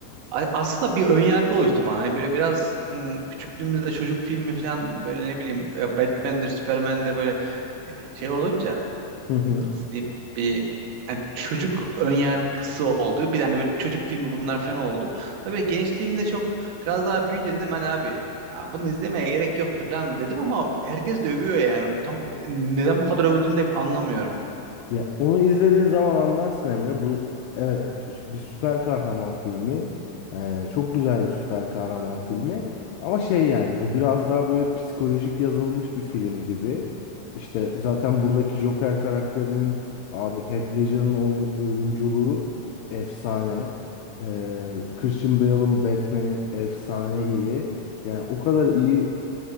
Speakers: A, on the right; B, on the left.
A: a- aslında bir önyargı oluştu bana. Hani böyle biraz hmm, küçüklüğümüzde çocuk filmi falan böyle ne bileyim e, Batman'dir, Superman'dir böyle e, şey olunca
B: <laughs>
A: hmm, nasıl diyeyim bir hani çocuk önyargısı oldu. Bir hani böyle çocuk filmi bunlar falan oldu. Tabii gençliğimde çok biraz daha büyüyünce dedim hani abi ya bunu izlemeye gerek yok falan dedim ama herkes de övüyor yani. Hani Tam neden bu kadar övdüğünü de anlamıyorum.
B: Ya onu izlediğin zaman anlarsın Emre. Bu evet bir süper kahraman filmi. Ee, çok güzel bir süper kahraman filmi. Ama şey yani bu biraz daha böyle psikolojik yazılmış bir film gibi. İşte zaten buradaki Joker karakterinin abi Heath Ledger'ın oy- oyunculuğu efsane. Ee, Christian Bale'ın Batman'i efsane iyi. Yani o kadar iyi